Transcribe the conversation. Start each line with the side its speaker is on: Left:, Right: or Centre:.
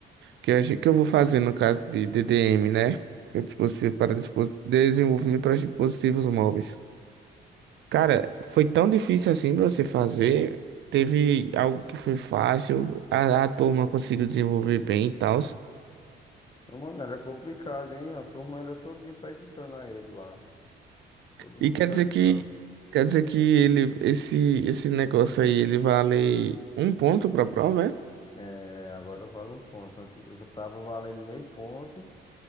Right: que a gente- que eu vou fazer no caso de DDM, né? Que é dispositivo para dispo- desenvolvimento para dispositivos móveis. Cara, foi tão difícil assim pra você fazer. Teve algo que foi fácil, a, a turma conseguiu desenvolver bem e tal.
Left: mano, era complicado, hein? A turma era todinha perguntando a ele lá. Todo
Right: E
Left: mundo
Right: quer
Left: perguntava.
Right: dizer que quer dizer que ele esse esse negócio aí ele vale um ponto pra prova, é?
Left: É, agora vale um ponto. Ante- Eu tava valendo meio ponto,